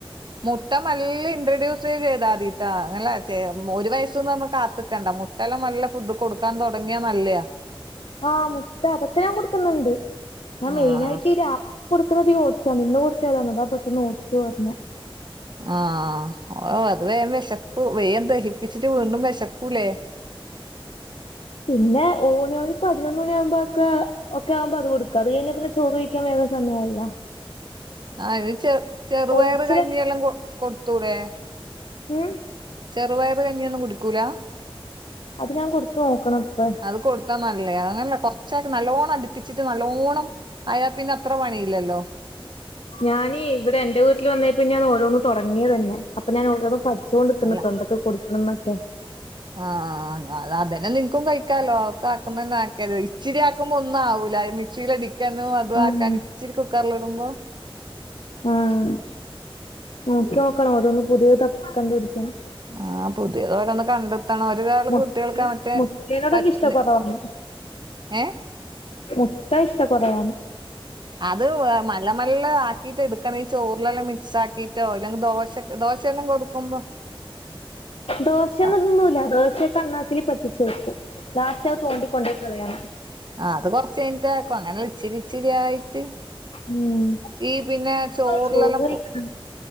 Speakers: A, on the right (about 50°); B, on the left (about 80°).
A: മുട്ട മല്ലി ഇൻട്രൊഡ്യൂസ് ചെയ്താതീട്ടാ. അല്ല, ചെ ഒരു വയസ്സ്ന്ന് കാ ട്ക്കണ്ട. മുട്ടല്ലം നല്ല ഫുഡും കൊടുക്കാൻ തെടങ്ങിയാ നല്ലെയാ.
B: ആ മുട്ട, അതൊക്കെ ഞാൻ കൊട്ക്ക്ന്ന്ണ്ട്. ഞാൻ മെയിനായിട്ടീ
A: ആഹ്
B: രാ കൊട്ക്ക്ന്നധികം ഓട്സാന്ന്. ഇന്ന് കൊടുത്തയതാന്ന്. അതാ പെട്ടെന്ന് ഓട്സ് പർഞ്ഞെ.
A: ആഹ്‌, ഓ അത് വേം വെശപ്പ് വേം ദഹിപ്പിച്ചിട്ട് വീണ്ടും വെശക്കൂലേ?
B: പിന്നെ ഓനൊരു പതിനൊന്ന് മണിയാകുമ്പോക്കെ ഒക്കെ ആവുമ്പോ അത് കൊടുക്ക അത് കഴിഞ്ഞ പിന്നെ ചോറ് കഴിക്കാൻ വേറെ സമയായല്ല
A: ആ അത് ചെ ചെറുപയറ്
B: ഓട്സില്
A: കഞ്ഞിയെല്ലം കൊ കൊടുത്തൂടെ
B: ഉം
A: ചെറുപയർ കഞ്ഞിയൊന്നും കുടിക്കൂല
B: അത് ഞാൻ കൊടുത്ത നോക്കണത്ര
A: അത് കൊടുത്താ നല്ലയാ അങ്ങനെയല്ല കൊറച്ചായി നല്ലോണ്ണം അടിപ്പിച്ചിട്ട് നല്ലോണ്ണം അയാ പിന്നെ അത്ര പണിയില്ലല്ലോ
B: ഞാനീ ഇവിടെ എന്റെ വീട്ടിൽ വന്ന പിന്നെ ഞാൻ ഓരോന്ന് തുടങ്ങിയത് തന്നെ അപ്പൊ ഞാൻ ഓരോ പഠിച്ചോണ്ട്ക്കുന്ന്
A: അല്ല
B: ഇപ്പൊ എന്തൊക്കെ കൊടുക്കണന്നൊക്കെ
A: ആഹ് അത് അതന്നെ നിനക്കും കഴിക്കാലോ ഒക്കെ ആക്കുന്ന തന്നെ ആക്കിയത് ഇച്ചിരിയാക്കുമ്പോ ഒന്നും ആവൂല സീലടിക്കന്നു അതു
B: ആഹ്
A: ആക്കാൻ ഇച്ചിരി കുക്കറൽ ഇടുമ്പോ
B: ആഹ് നോക്കി നോക്കണം ഓരോന്ന് പുതിയ ത കണ്ടുപിടിക്കണം
A: ആഹ് പുതിയത് ഓരന്ന് കണ്ടി ത്തണം ഒരു കാള്
B: മുട്ട
A: കുട്യേൾക്ക് അ മറ്റേ
B: മുട്ടേനോടുള്ള
A: പ <unintelligible>
B: ഇഷ്ടക്കുറവാണ്
A: ഏഹ്
B: മുത്ത ഇഷ്ട കുറവാണ്
A: അത് വാമ ള്ള മല്ല ആക്കിയിട്ട് എടുകണേ ചോറിലെല്ലാം മിക്സ് ആക്കിയിട്ടോ ഇല്ലെങ്കി ദോശക് ദോശയെല്ലം കൊടുക്കുമ്പോ
B: ദോശ
A: ആ
B: ഒന്നും തിന്നൂല്ല ദോശക്കെ അണ്ണാക്കില് പറ്റിച്ചു വെക്കും ലാസ്റ്റ് അത് തോണ്ടിക്കൊണ്ട് കളയാൻ
A: ആഹ് അത് കൊറച്ച് കഴിഞ്ഞിട്ടാക്കും അങ്ങനെ ഇച്ചിരി ഇച്ചിരി ആയിട്ട്
B: ഉം
A: ഈ പിന്നെ ചോറിലെല്ലാം
B: ചോറ്
A: പോ
B: കഴിക്കണം